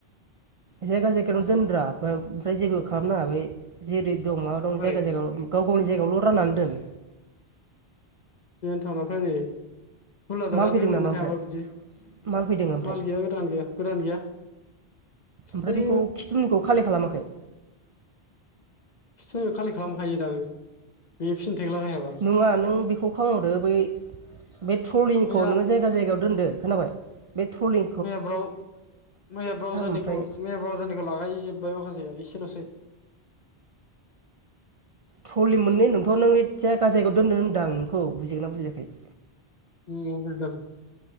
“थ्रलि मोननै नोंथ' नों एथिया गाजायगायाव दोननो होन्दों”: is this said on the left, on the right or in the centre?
Right